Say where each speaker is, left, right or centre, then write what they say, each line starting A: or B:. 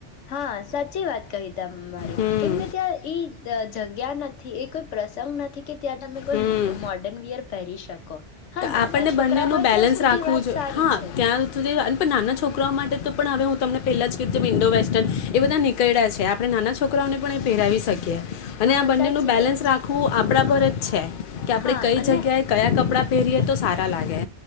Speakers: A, on the left; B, on the left.
A: હા સાચી વાત કહી તમારી
B: હમ
A: કેમ કે ત્યાં ઈ જગ્યા નથી એ કોઈ પ્રસંગ નથી કે ત્યાં તમે કોઈ
B: હમ
A: મોડર્ન વીયર પહેરી શકો હા નાના
B: આપણને
A: છોકરા
B: બંને નું
A: હોય
B: બેલેન્સ
A: ત્યાં સુધી
B: રાખવું
A: વાત
B: જો
A: સારી
B: હા
A: છે
B: ત્યાં સુધી પણ નાના છોકરાઓ માટે તો પણ હવે હું તમને પહેલાં જ કીધું જેમ ઇન્ડો વેસ્ટર્ન એ બધા નીકળ્યા છે આપણે નાના છોકરાઓને પણ એ પહેરાવી શકીએ અને
A: હા
B: આ બંને
A: સાચી
B: નું બેલેન્સ
A: વાત
B: રાખવું
A: છે
B: આ કપડા પર જ છે કે આપડે
A: હા
B: કઈ
A: અને
B: જગ્યાએ કયા કપડા પહેરયે તો સારા લાગે